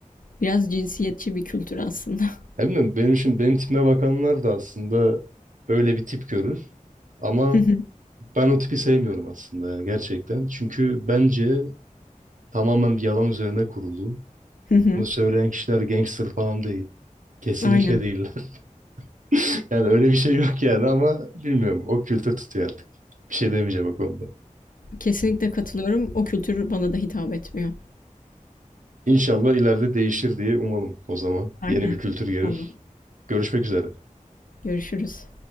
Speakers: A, on the left (about 80°); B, on the right (about 70°).
A: Biraz cinsiyetçi bir kültür aslında. <laughs>
B: Ya bilmiyorum, benim için benim tipime bakanlar da aslında öyle bir tip görür. Ama
A: Hı hı.
B: ben o tipi sevmiyorum aslında yani gerçekten. Çünkü bence Tamamen bir yalan üzerine kurulu.
A: Hı hı.
B: Bunu söyleyen kişiler gangster falan değil. Kesinlikle
A: Aynen.
B: değiller. <laughs> Yani öyle bir şey yok yani ama bilmiyorum. O kültür tutuyor artık. Bir şey demeyeceğim o konuda.
A: Kesinlikle katılıyorum. O kültür bana da hitap etmiyor.
B: İnşallah ileride değişir diye umalım o zaman.
A: Aynen.
B: Yeni bir kültür
A: İnşallah.
B: gelir. Görüşmek üzere.
A: Görüşürüz.